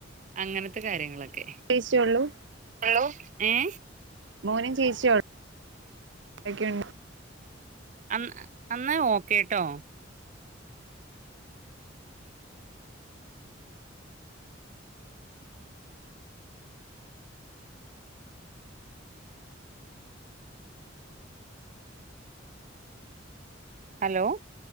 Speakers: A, on the right; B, on the right.
A: അങ്ങനത്തെ കാര്യങ്ങളൊക്കെ- ക്കെ
B: അറിയിച്ചോളൂ
A: ഹലോ ഏഹ്
B: മോനും ചേച്ചിയേള്ളോ ആഹ്
A: അന്ന അന്ന ഓക്കെട്ടോ ഹലോ